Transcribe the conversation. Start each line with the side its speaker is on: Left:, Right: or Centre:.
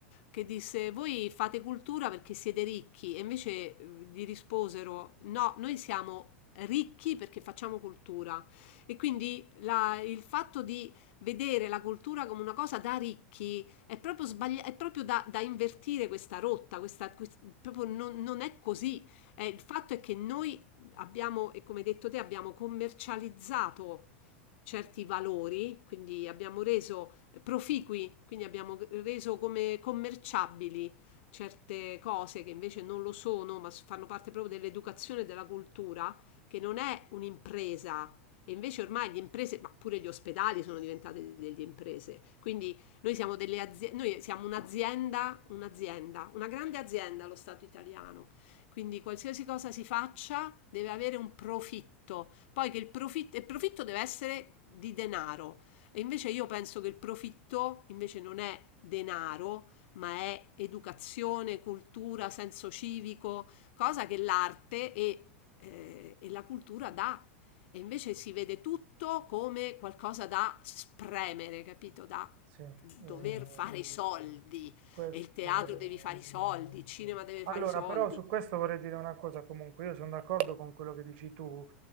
Left: che disse: Voi fate cultura perché siete ricchi, e invece eh, gli risposero: No, noi siamo ricchi perché facciamo cultura. E quindi la- il fatto di vedere la cultura come una cosa da ricchi è proprio, sbagli- è proprio da, da invertire questa rotta, questa, quest- proprio non, non è così. Eh, il fatto è che noi abbiamo, e come hai detto te, abbiamo commercializzato certi valori, quindi abbiamo reso proficui, quindi abbiamo reso come commerciabili certe cose che invece non lo sono, ma fanno parte proprio dell'educazione e della cultura, che non è un'impresa. E invece ormai le imprese, ma pure gli ospedali sono diventate delle imprese. Quindi noi siamo delle aziende, noi siamo un'azienda, un'azienda, una grande azienda lo Stato italiano. Quindi qualsiasi cosa si faccia deve avere un profitto. Poi che il profitto, il profitto deve essere di denaro. E invece io penso che il profitto invece non è denaro, ma è educazione, cultura, senso civico, cosa che l'arte e, eh, e la cultura dà. E invece si vede tutto come qualcosa da spremere, capito? Da
Right: Sì, eh,
Left: dover fare i soldi
Right: questo
Left: e il teatro devi fare i soldi,
Right: sì.
Left: il cinema deve fare
Right: Allora,
Left: i soldi.
Right: però su questo vorrei dire una cosa, comunque io sono d'accordo con quello che dici tu,